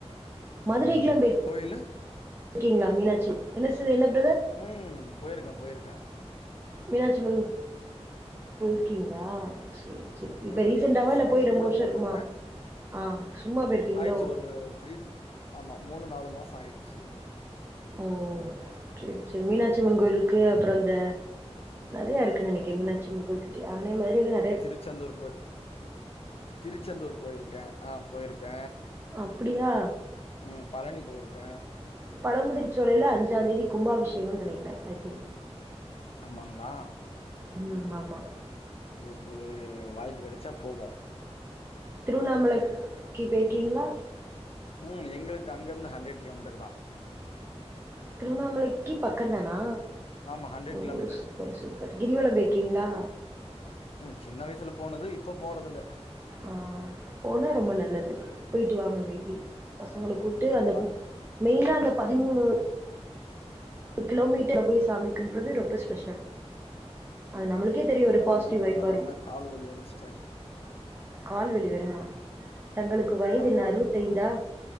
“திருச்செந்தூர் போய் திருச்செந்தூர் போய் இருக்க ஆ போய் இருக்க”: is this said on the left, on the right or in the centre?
Left